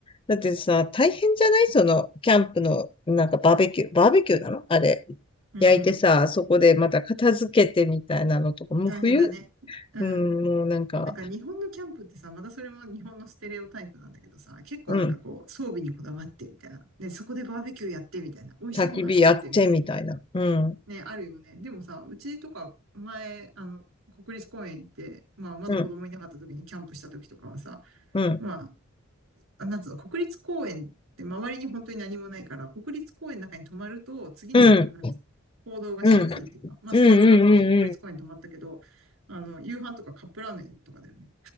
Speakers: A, on the left (about 25°); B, on the right (about 85°).
A: だってさ、大変じゃないその、キャンプの、なんかバーベキュー。バーベキューなのあれ。
B: うん。
A: 焼いてさ、
B: うん。
A: そこでまた片付けてみたいなのとか、もう冬、
B: 大変だね。うん。
A: うん、もうなんか、
B: なんか日本のキャンプってさ、またそれも日本のステレオタイプなんだけどさ、結構なんかこう、
A: うん、
B: 装備にこだわってみたいな。ね、そこでバーベキューやってみたいな。美味しいご飯作ってみたいな。
A: 焚き火やってみたいな。うん、
B: ね、あるよね。でもさ、うちとか前、あの、国立公園行って、まあまだ子供いなかった時にキャンプした時とかはさ、
A: うん、うん、
B: まあ、なんつうの、国立公園って周りに本当に何もないから、国立公園の中に泊まると、次の日の、
A: うん、
B: なんつうの、行動がしやすいっていうか、
A: うん、うん、
B: まあそれはあって、
A: うん、うん、
B: 国立公園に泊まったけど、
A: うん、
B: あの、夕飯とかカップラーメンとかだよね。